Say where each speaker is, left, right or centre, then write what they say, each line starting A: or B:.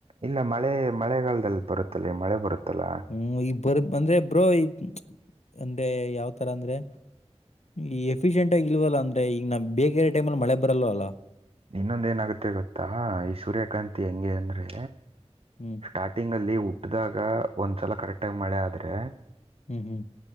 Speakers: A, on the right; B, on the left.
A: ಇಲ್ಲ ಮಳೆ ಮಳೆಗಾಲದಲ್ಲಿ ಬರುತ್ತಲ್ಲ ಮಳೆ ಬರುತ್ತಲ್ಲ
B: ಹ್ಮ್ ಈ ಬರ್ ಅಂದ್ರೆ ಬ್ರೋ ಈಗ ಅಂದ್ರೆ ಯಾವತರ ಅಂದ್ರೆ ಈ ಎಫಿಶಿಯೆಂಟ್ ಆಗಿ ಇಲ್ವಲ್ಲ ಅಂದ್ರೆ ಈಗ ನ ಬೇರೆ ಟೈಮ ಅಲ್ಲಿ ಮಳೆ ಬರಲ್ಲಲ್ ಅಲ್ಲ
A: ಇನ್ನೊಂದ ಏನಾಗುತ್ತೆ ಗೊತ್ತಾ ಈ ಸೂರ್ಯಕಾಂತಿ ಹೆಂಗೆ ಅಂದ್ರೆ
B: ಹ್ಮ್
A: ಸ್ಟಾರ್ಟಿಂಗ್ ಅಲ್ಲಿ ಹುಟ್ಟಿದಾಗ ಒಂದ್ಸಲ ಕರೆಕ್ಟ್ ಆಗಿ ಮಳೆ ಆದ್ರೆ
B: ಹ್ಮ್ ಹ್ಮ್